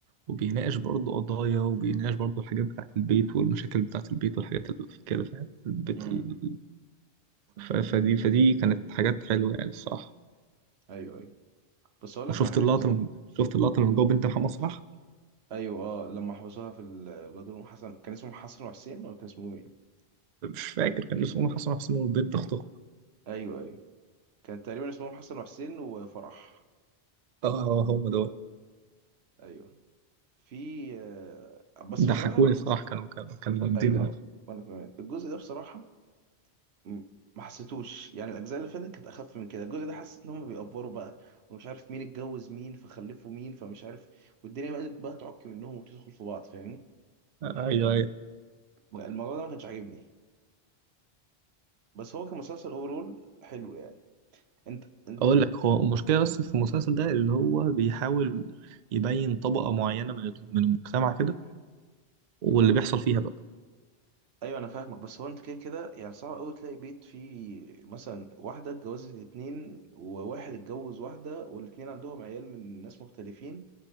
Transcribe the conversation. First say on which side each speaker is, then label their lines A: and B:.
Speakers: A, on the right; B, on the right.
A: وبيناقش برضه قضايا وبيناقش برضه الحاجات بتاعة البيت والمشاكل بتاعة البيت والحاجات اللي كده فاهم البيت
B: امم
A: ال... ف... فدي فدي كانت حاجات حلوة يعني الصراحة
B: ايوه ايوه بس اقول
A: وشفت
B: لك على حاجه
A: اللقطة لما <laughs> شفت اللقطة لما جابوا بنت محمد صلاح
B: ايوه اه لما حبسوها في ال- بدور أم حسن كان اسمهم حسن وحسين ولا كان اسمهم ايه
A: مش فاكر كان اسمه محمد صلاح اسمه بنت أخته
B: ايوه ايوه كان تقريبا اسمهم حسن وحسين وفرح
A: اه هم دول
B: ايوه في آه، بس
A: ضحكوني
B: بصراحه ال...
A: الصراحة كانوا كانوا كانوا جامدين
B: ايوه
A: أوي.
B: وانا كمان الجزء ده بصراحه م- ما حسيتوش يعني الاجزاء اللي فاتت كانت اخف من كده الجزء ده حسيت ان هم بيأفوروا بقى ومش عارف مين اتجوز مين فخلفوا مين فمش عارف والدنيا بدأت بقى تعك منهم وتدخل في بعض فاهمني
A: آه، ايوه ايوه
B: الموضوع ده ما كانش عاجبني بس هو كمسلسل اوفرول حلو يعني انت انت
A: اقول لك هو المشكله بس في المسلسل ده اللي هو بيحاول يبين طبقه معينه من ال- من المجتمع كده واللي بيحصل فيها بقى
B: ايوه انا فاهمك بس هو انت كده كده يعني صعب قوي تلاقي بيت فيه مثلا واحده اتجوزت اتنين وواحد اتجوز واحده والاتنين عندهم عيال من ناس مختلفين